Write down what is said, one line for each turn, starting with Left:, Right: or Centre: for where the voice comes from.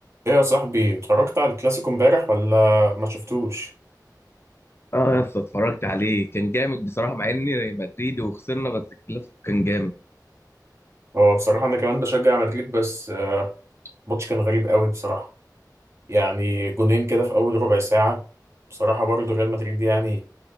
Right: ايه يا صاحبي اتفرجت على الكلاسيكو امبارح ولا ما شفتوش
Left: اه يا اسطى اتفرجت عليه كان جامد بصراحه مع اني مدريدي وخسرنا بس الكلاسيكو كان جامد
Right: هو بصراحة انا كمان بشجع مدريد بس آه، الماتش كان غريب قوي بصراحة يعني جونين كده في اول ربع ساعة بصراحة برضو ريال مدريد يعني